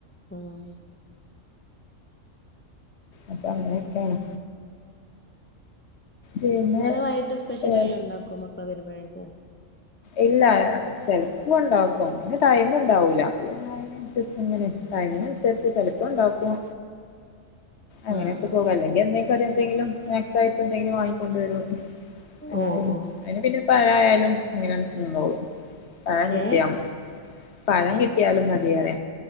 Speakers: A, on the left; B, on the left.
A: ഉം
B: അപ്പൊ അങ്ങനെയൊക്കെ ആണ് പിന്നെ
A: നിങ്ങള് വൈട്ട് സ്പെഷ്യൽ
B: ഏഹ്
A: എല്ലാം ഉണ്ടാക്കോ മക്കളെ വരുമ്പോഴേക്ക്
B: ഇല്ല ചെലപ്പ ഉണ്ടാക്കും പി ടൈം ഉണ്ടാവൂല അനുസരിച്ച് ഇങ്ങനെ കഴിഞ്ഞനുസരിച്ച് ചിലപ്പോ ഉണ്ടാക്കും അങ്ങനെയൊക്കെ
A: ആഹ്
B: പോക അല്ലെങ്ക എന്തെങ്കും എന്തെങ്കിലും സ്നാക്സയിട്ട് എന്തെങ്കിലും വാങ്ങിക്കൊണ്ട വരോ അങ്ങനെ
A: ഓ ഓ
B: അങ്ങനെ പിന്നെ പഴ ആയലും അങ്ങനെ തന്നോളൂ പഴം കിട്ടിയാൽ
A: ഏ
B: മതി പഴം കിട്ടിയാലും മതിയേറെ